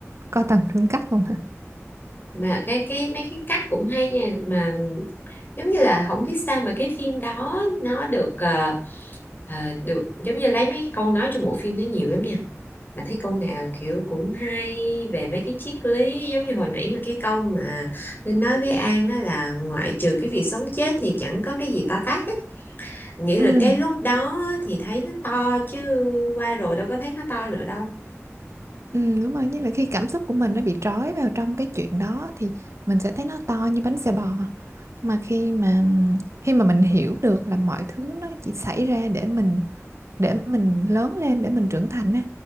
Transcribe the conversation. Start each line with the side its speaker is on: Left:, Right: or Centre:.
Right: coi toàn phim cắt không hả
Left: mà cái cái mấy cái cách cũng hay nha mà giống như là không biết sao mà cái phim đó nó được ờ, Ờ, được giống như lấy mấy câu nói trong bộ phim đấy nhiều lắm nha mà thấy câu nào kiểu cũng hay về mấy cái triết lý giống như hồi nãy mà cái câu mà Linh nói với An á là ngoại trừ cái việc sống chết thì chẳng có cái gì to tát á nghĩa
Right: ừ
Left: là cái lúc đó thì thấy nó to chứ qua rồi đâu có thấy nó to nữa đâu
Right: ừ đúng rồi như là khi cảm xúc của mình nó bị trói vào trong cái chuyện đó thì mình sẽ thấy nó to như bánh xe bò mà khi mà khi mà mình hiểu được là mọi thứ nó chỉ xảy ra để mình để mình lớn lên để mình trưởng thành á